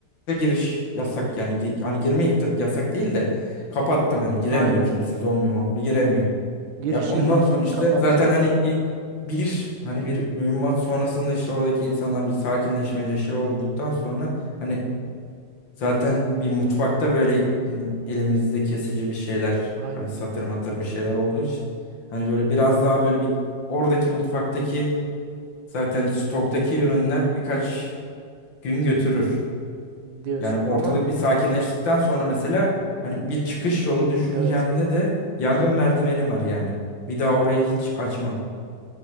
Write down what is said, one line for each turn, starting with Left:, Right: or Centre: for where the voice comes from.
Left: k- giriş yasak yani Gi- hani girme ihti- yasak değil de kapattım hani giremiyor
Right: Aynen.
Left: kimse zombi mombi giremiyor.
Right: Girişi
Left: Ya ondan
Right: full
Left: sonra işte
Right: kapattın.
Left: zaten hani bir bir hani bir mühimmat sonrasında işte oradaki insanlar bir sakinleşmece şey olduktan sonra hani zaten bir mutfakta böyle yani elimizde kesici bir şeyler
Right: Aynen.
Left: hani satır matır bir şeyler olduğu için hani böyle biraz daha böyle bir oradaki mutfaktaki Zaten stoktaki ürünler birkaç gün götürür.
Right: Diyorsun.
Left: Yani ortalık
Right: Ama
Left: bir sakinleştikten sonra mesela hani bir çıkış yolu düşüncende
Right: evet.
Left: de yangın merdiveni var yani. Bir daha orayı hiç açma.